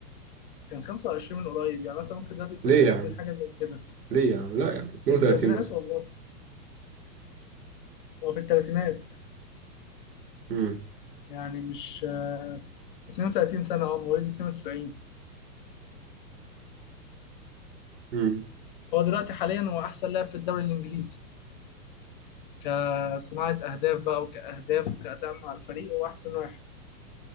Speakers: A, on the left (about 30°); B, on the right (about 85°).
A: كان 25 من قريب يعني مثلا ممكن دلوقتي يكون
B: ليه
A: 30
B: يا عم
A: حاجه زي كده
B: ليه يا عم لا يا عم 32
A: في الثلاثينات
B: مثلا
A: والله هو في الثلاثينات
B: امم
A: يعني مش آه، 32 سنة اه مواليد 92
B: امم
A: هو دلوقتي حاليا هو أحسن لاعب في الدوري الإنجليزي كصناعة أهداف بقى وكأهداف وكأداء مع الفريق هو أحسن واحد